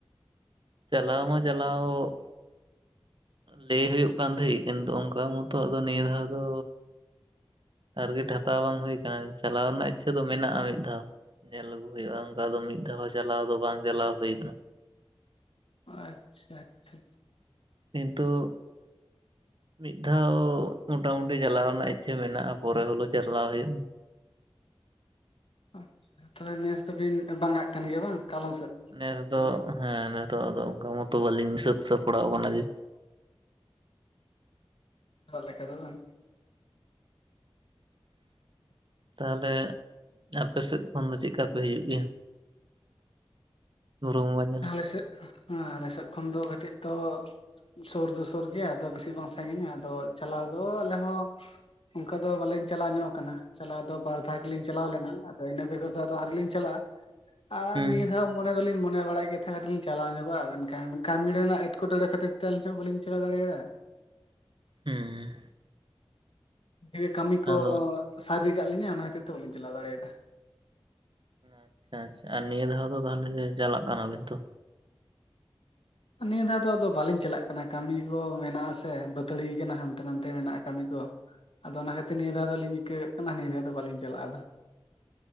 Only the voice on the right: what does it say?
ᱪᱟᱞᱟᱣ ᱢᱟ ᱪᱟᱞᱟᱣᱜ ᱞᱟᱹᱭ ᱦᱩᱭᱩᱜ ᱠᱟᱱ ᱛᱟᱦᱮᱜ ᱠᱤᱱᱛᱩ ᱚᱝᱠᱟ ᱢᱚᱛᱚ ᱟᱫᱚ ᱱᱤᱭᱟᱹ ᱫᱷᱟᱣ ᱫᱚ ᱴᱟᱨᱜᱮᱹᱴ ᱦᱟᱛᱟᱣ ᱵᱟᱝ ᱦᱩᱭ ᱠᱟᱱᱟ᱾ ᱪᱟᱞᱟᱣ ᱨᱮᱱᱟᱜ ᱤᱪᱪᱷᱟᱹ ᱫᱚ ᱢᱮᱱᱟᱜᱼᱟ ᱢᱤᱫ ᱫᱷᱟᱣ᱾ ᱧᱮᱞ ᱟᱹᱜᱩ ᱦᱳᱭᱳᱜᱼᱟ ᱚᱝᱠᱟ ᱫᱚ ᱢᱤᱫ ᱫᱷᱟᱣ ᱦᱚᱸ ᱪᱟᱞᱟᱣ ᱫᱚ ᱵᱟᱝ ᱪᱟᱞᱟᱣ ᱦᱩᱭ ᱠᱟᱱᱟ᱾
ᱠᱤᱱᱛᱩ ᱢᱤᱫ ᱫᱷᱟᱣ ᱢᱚᱴᱟ ᱢᱩᱴᱤ ᱪᱟᱞᱟᱣ ᱨᱮᱱᱟᱜ ᱤᱪᱪᱷᱟᱹ ᱢᱮᱱᱟᱜᱼᱟ ᱯᱚᱨᱮ ᱦᱳᱞᱳ ᱪᱟᱞᱟᱣ ᱦᱳᱭᱩᱜᱼᱟ᱾
ᱱᱮᱥ ᱫᱚ ᱦᱮᱸ ᱱᱤᱛᱚᱜ ᱟᱫᱚ ᱚᱝᱠᱟ ᱢᱚᱛᱚ ᱵᱟᱹᱞᱤᱧ ᱥᱟᱹᱛ ᱥᱟᱯᱲᱟᱣ ᱠᱟᱱᱟ ᱡᱮ
ᱛᱟᱦᱞᱮ ᱟᱯᱮ ᱥᱮᱫ ᱠᱷᱚᱱ ᱫᱚ ᱪᱮᱜᱠᱟ ᱯᱮ ᱦᱤᱡᱩᱜ ᱜᱮᱭᱟ? ᱵᱩᱨᱩ ᱵᱚᱸᱜᱟ ᱧᱮ
ᱦᱩᱸ
ᱦᱩᱸ᱾
ᱟᱫᱚ
ᱟᱪᱪᱷᱟ ᱟᱪᱪᱷᱟ ᱟᱨ ᱱᱤᱭᱟᱹ ᱫᱷᱟᱣ ᱫᱚ ᱛᱟᱦᱞᱮ ᱜᱮ ᱪᱟᱞᱟᱜ ᱠᱟᱱᱟ ᱵᱤᱱ ᱛᱚ᱾